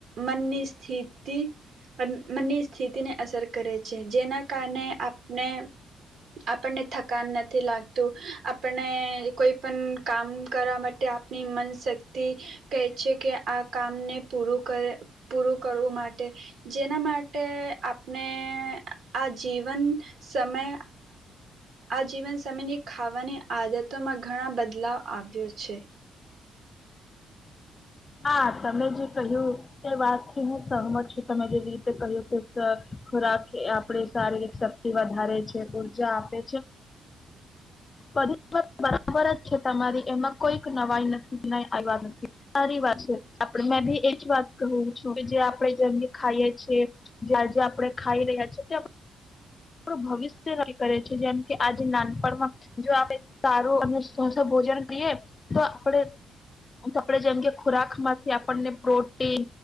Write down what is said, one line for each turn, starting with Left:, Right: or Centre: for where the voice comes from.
Right: મનની સ્થિતિ મનની સ્થિતિ ને અસર કરે છે. જેના કારણે આપને આપણને થકાન નથી લાગતું, આપને કોઈ પણ કામ કરવા માટે આપણી મન શક્તિ કહે છે કે, આ કામને પૂરું કરે પૂરું કરવું માટે જેના માટે આપણે આ જીવન સમય આ જીવન સમયની ખાવાની આદતોમાં ઘણાં બદલાવ આવ્યો છે‌.
Left: હા, તમે જે કહ્યું એ વાતથી હું સહમત છું. તમે જેવી રીતે કહ્યું કે ખોરાક આપણે શારીરિક શક્તિ વધારે છે, ઉર્જા આપે છે બધી વાત બરાબર જ છે. તમારી એમાં કોઈક નવાઈ નથી આવ્યા નથી સારી વાત છે મેં બી એજ વાત કુંહુ છું કે જે આપડે જેમી ખાઈએ છે, જ્યા જ આપડે ખાઈ રહ્યા છે આપ ભવિષ્ય નક્કી કરે છે જેમ કે, આજે નાનપણમાં જો આપડે સારું અને સ્વાસ્થ ભોજન કરીએ તો આપડે આપડે જેમકે ખોરાક માંથી આપણને પ્રોટીન,